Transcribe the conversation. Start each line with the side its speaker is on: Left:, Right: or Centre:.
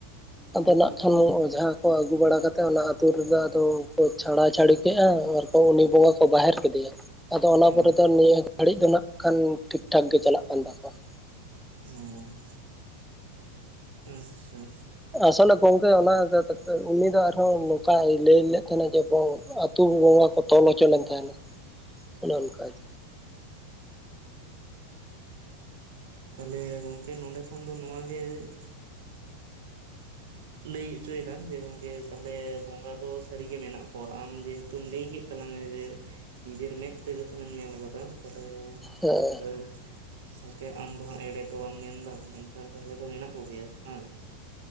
Centre: ᱟᱫᱚ ᱱᱟᱜ ᱠᱷᱚᱱᱟᱱ ᱚᱡᱷᱟ ᱠᱚ ᱟᱹᱜᱩ ᱵᱟᱲᱟ ᱠᱟᱛᱮᱫ ᱚᱱᱟ ᱟᱹᱛᱩ ᱨᱮᱫᱚ ᱟᱫᱚ ᱠᱚ ᱪᱷᱟᱲᱟ ᱪᱷᱟᱹᱲᱤ ᱠᱮᱫᱼᱟ ᱟᱨ ᱟᱫᱚ ᱩᱱᱤ ᱵᱚᱸᱜᱟ ᱠᱚ ᱵᱟᱦᱮᱨ ᱠᱮᱫᱮᱭᱟ ᱟᱫᱚ ᱚᱱᱟ
Right: ᱦᱮᱸ
Centre: ᱯᱚᱨᱮ
Right: ᱚ
Centre: ᱫᱚ ᱱᱤᱭᱟᱹ ᱜᱷᱟᱹᱲᱤᱡ ᱫᱚ ᱱᱟᱜ ᱠᱷᱟᱱ ᱴᱷᱤᱠ ᱴᱷᱟᱠ ᱜᱮ ᱪᱟᱞᱟᱜ ᱠᱟᱱ ᱛᱟᱠᱚᱣᱟ ᱾
Right: ᱚᱸ ᱟᱪᱪᱷᱟ ᱾
Centre: ᱟᱥᱚᱞᱮ ᱜᱚᱝᱠᱮ ᱚᱱᱟ ᱛᱟ ᱛᱟ ᱩᱱᱤ ᱫᱚ ᱟᱨᱦᱚᱸ ᱱᱚᱝᱠᱟᱭ ᱞᱟᱹᱭ ᱞᱮᱫ ᱛᱟᱦᱮᱱᱟ ᱡᱮ ᱛᱩ ᱵᱚᱸᱜᱟ ᱠᱚ ᱛᱚᱞ ᱦᱚᱪᱚ ᱞᱮᱱ ᱛᱟᱦᱮᱱᱟ
Right: <unintelligible>
Centre: ᱚᱱᱮ ᱚᱱᱠᱟᱭᱼᱼ
Right: ᱛᱟᱦᱞᱮ ᱜᱚᱝᱠᱮ ᱱᱚᱰᱮ ᱠᱷᱚᱱ ᱫᱚ ᱱᱚᱣᱟ ᱜᱮ ᱮᱜᱼᱼ ᱞᱟᱹᱭ ᱪᱚᱭᱮᱫᱟᱢ ᱡᱮ ᱜᱚᱝᱠᱮ ᱛᱟᱦᱚᱞᱮ ᱵᱚᱸᱜᱟ ᱫᱚ ᱥᱟᱹᱨᱤᱜᱮ ᱢᱮᱱᱟᱜ ᱠᱚᱣᱟ ᱟᱢ ᱡᱮᱦᱮᱛᱩᱢ ᱞᱟᱹᱭ ᱠᱮᱫᱼᱼ <unintelligible> ᱡᱮ ᱱᱤᱡᱮᱨ ᱢᱮᱫ ᱛᱮ ᱡᱚᱠᱷᱚᱱᱮᱢ ᱧᱮᱞ ᱟᱠᱟᱫᱟ ᱾ ᱛᱟᱦᱚᱞᱮ
Centre: ᱦᱮᱸ
Right: ᱮ ᱜᱚᱝᱠᱮ ᱟᱢ ᱫᱚ ᱦᱟᱸᱜ ᱮᱲᱮ ᱛᱚ ᱵᱟᱢ ᱢᱮᱱᱫᱟ ᱢᱮᱱᱼᱼ ᱛᱟᱦᱚᱞᱮ ᱫᱚ ᱢᱮᱱᱟᱜ ᱠᱚᱜᱮᱭᱟ ᱦᱩᱸ ᱾